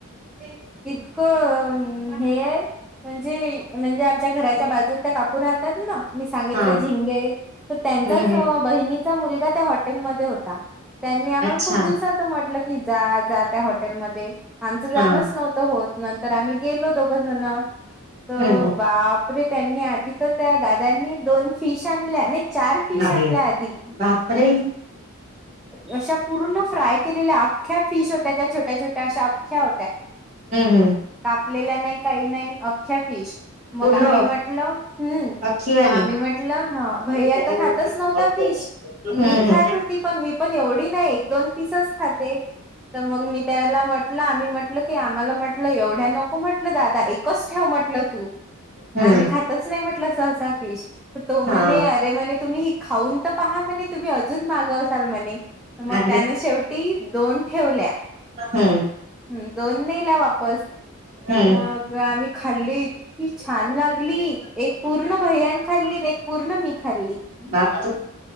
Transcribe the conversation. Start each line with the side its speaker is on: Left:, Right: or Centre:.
Right: ते <unintelligible>
Centre: इतकं हेय म्हणजे म्हणजे आमच्या घराच्या बाजू त्या काकू राहात ना मी सांगितलं
Right: हा
Centre: झिंगे तर त्यांच्याच
Right: हम्म हम्म
Centre: बहिणी मु हट हो आ्हा
Right: अच्छा
Centre: खव म्हटलं की जा जा त्या हॉटेलमध्ये आमच जाणच
Right: हा
Centre: नव्हत होत नंतर आम्ही गेलो दोघ जण
Right: हम्म
Centre: त बापरे त्यांनी आधी तर त्या दादांनी दोन फिश आणल्या नाही चार फिश
Right: बाप
Centre: आणल्या आधी
Right: बापरे
Centre: अशा पूर्ण फ्राय केलेल्या अख्ख्या फिश होत्या त्या छोट्या छोट्या अशा अख्ख्या होत्या
Right: हम्म
Centre: कापलेल्या नाही काही नाही अख्ख्या फिश
Right: पूर्ण
Centre: मग आम्ही म्हटलं हम्
Right: अख्खीवाली
Centre: मग आम्ही म्हटलं हा भई
Right: हम्म
Centre: आता खातच नव्हता फिश मी
Right: हम्म
Centre: खात होती पण मी पण एवढी नाही एक दोन पीसच खाते तर मग मी त्याला म्हटलं आम्ही म्हटलं की आम्हाला म्हटलं एवढ्या नको म्हटलं दादा कस ठेव म्हंटल तू
Right: हम्म
Centre: आम्ही खातच नाही म्हटल सहसा फिश तो म्हणे
Right: हा
Centre: अरे म्हणे तुम्ही ह खाऊन तर पहा म्हणे तुम्ही अजून मागवसाल म्हणे मग
Right: अरे
Centre: त्यान शेवटी दोन ठेवल्या
Right: हा
Centre: हम् दोन नेला वापस
Right: हम्म
Centre: मग आम्ही खाल्ल की छान लागली एक पूर्ण भैयान खाल्ली एक पूर्ण मी खाल्ली
Right: बाप